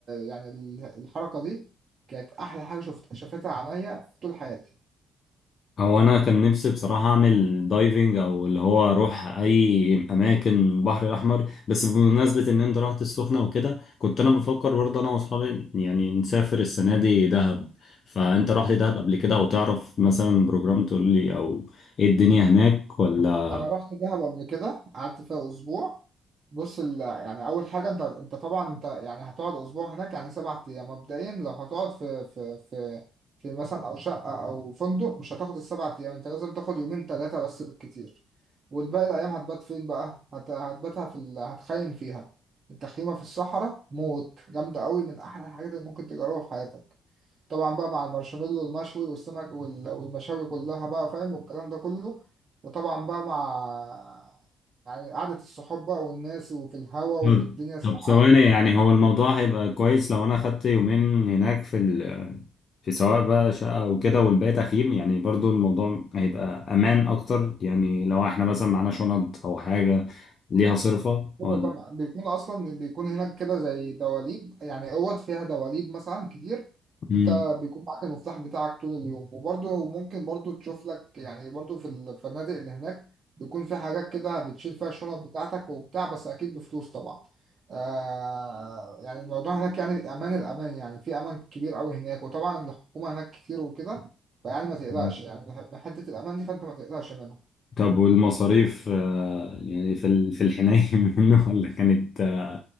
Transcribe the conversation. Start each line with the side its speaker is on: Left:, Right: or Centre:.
Right: يعني ال- الحركه دي كانت احلى حاجه شفت شافتها عينيا في طول حياتي
Left: هو انا كان نفسي بصراحه اعمل دايفنج او اللي هو اروح اي اماكن البحر الاحمر بس بمناسبه ان انت رحت السخنه وكده كنت انا بفكر برضه انا واصحابي يعني نسافر السنه دي دهب فانت رحت دهب قبل كده او تعرف مثلا بروجرام تقول لي او ايه الدنيا هناك ولا
Right: انا رحت دهب قبل كده قعدت فيها اسبوع بص ال... يعني اول حاجه انت انت طبعا انت يعني هتقعد اسبوع هناك يعني سبعة ايام مبدئيا لو هتقعد في في في في مثلا او شقه او فندق مش هتاخد السبعة ايام انت لازم تاخد يومين ثلاثه بس بالكتير والباقي الايام هتبات فين بقى هت... هتباتها في ال... هتخيم فيها التخييمه في الصحراء موت جامده قوي من احلى الحاجات اللي ممكن تجربها في حياتك طبعا بقى مع المارشميلو والمشوي والسمك وال- والمشاوي كلها بقى فاهم والكلام ده كله وطبعا بقى مع يعني قعدة الصحاب بقى والناس وفي الهوا
Left: مم.
Right: والدنيا ساقعة
Left: طب ثواني يعني هو الموضوع هيبقى كويس لو انا اخدت يومين هناك في ال في سواء بقى شقة وكده والباقي تخييم يعني برضو الموضوع هيبقى امان اكتر يعني لو احنا مثلا معانا شنط او حاجة ليها صرفة ولا
Right: هو طبعا بيكون اصلا بيكون هناك كده زي دواليب يعني اوض فيها دواليب مثلا كتير
Left: مم.
Right: انت بيكون معاك المفتاح بتاعك طول اليوم وبرضه ممكن برضه تشوف لك يعني برضه في الفنادق اللي هناك بيكون في حاجات كده بتشيل فيها الشنط بتاعتك وبتاع بس اكيد بفلوس طبعا آه يعني الموضوع هناك يعني امان الامان يعني في امان كبير قوي هناك وطبعا الحكومة هناك كتير وكده فيعني ما تقلقش
Left: مم.
Right: يعني من حتة الامان دي فانت ما تقلقش منها
Left: طب والمصاريف آه، يعني في ال- في الحناية <laughs> منه ولا كانت آه،